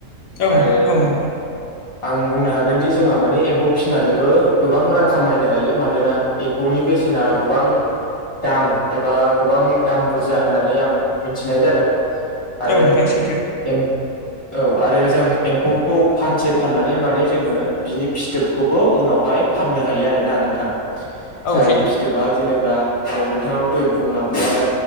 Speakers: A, on the left (about 70°); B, on the left (about 20°).
A: औ
B: आरो
A: औ नोंथां
B: आं बुंनो हागोनदि जोंहा माने एम्फौ फिसिनानैबो गोबां रां खामायनो हायो मानोना एम्फौनि बेसेना गोबां दाम एबा गोबां दाम बुरजा होननानै आं मिथिनाय जादों। आरो
A: औ नोंथां सैथो
B: एम औ आरो जों एम्फौखौ फानसे फाननानै माने जोङो बिनि फिथोबखौबो उनावहाय फाननो हायो आरोना नोंथां। जाय
A: औ सैथो
B: फिथोबा जेनेब्ला औ नोंथाङाबो दहाय बुंलांखाबाय।